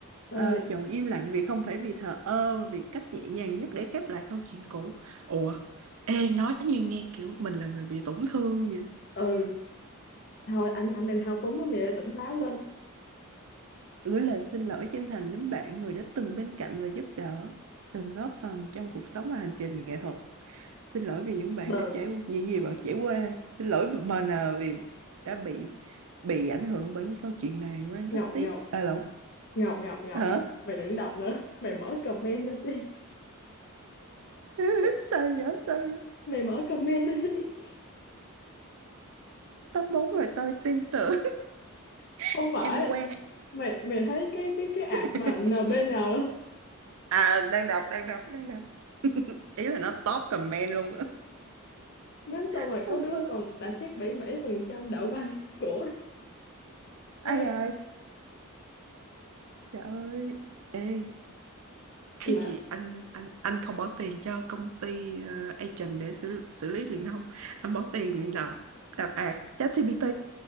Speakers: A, on the left; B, on the right.
A: ơi
B: ờ, chọn im lặng vì không phải vì thờ ơ mà vì cách nhẹ nhàng nhất để khép lại câu chuyện cũ ủa ê nói như nghe kiểu mình là người bị tổn thương vậy
A: ừ thôi anh anh đang thao túng á mày ơi tỉnh táo lên
B: gửi lời xin lỗi chân thành đến bạn người đã từng bên cạnh và giúp đỡ, từng góp phần trong cuộc sống và hành trình nghệ thuật. Xin lỗi vì những bạn
A: đờn
B: đã trải những gì bạn trải qua. Xin lỗi MN vì đã bị bị ảnh hưởng bởi những câu chuyện này. Ren
A: ngọc
B: rất tiếc.
A: ngọc
B: À lộn.
A: Ngọc Ngọc Ngọc
B: Hả?
A: mày đừng đọc nữa <laughs> mày mở comment lên đi
B: <laughs>
A: <laughs>
B: Sao vậy? Sao vậy?
A: mày mở comment lên đi
B: Top 4 rồi tôi tin tưởng
A: <laughs>
B: <laughs>
A: không phải
B: em quen.
A: mày mày thấy cái cái cái ạc
B: <laughs>
A: mà NBN không
B: À đang đọc, đang đọc, đang đọc. <laughs> Ý là nó top comment luôn á.
A: biết sao
B: <laughs>
A: mà <laughs> có đứa còn đã chết bảy bảy phần trăm đạo văn của
B: Ai
A: quay
B: ơi, trời ơi. Ê, cái
A: là
B: gì anh anh anh không bỏ tiền cho công ty uh, agent để xử xử lý truyền thông anh bỏ tiền nạp nạp ạt ChatGPT